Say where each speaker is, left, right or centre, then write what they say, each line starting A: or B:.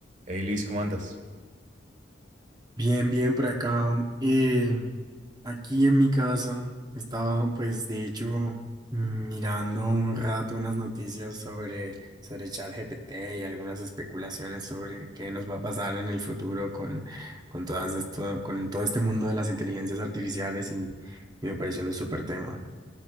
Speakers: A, on the right; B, on the right.
A: Hey Luis, ¿cómo andas?
B: Bien, bien por acá. Eh, aquí en mi casa estaba, pues, de hecho, mm, mirando un rato unas noticias sobre, sobre ChatGPT y algunas especulaciones sobre qué nos va a pasar en el futuro con, con todas esto, con todo este mundo de las inteligencias artificiales y, y me pareció un súper tema.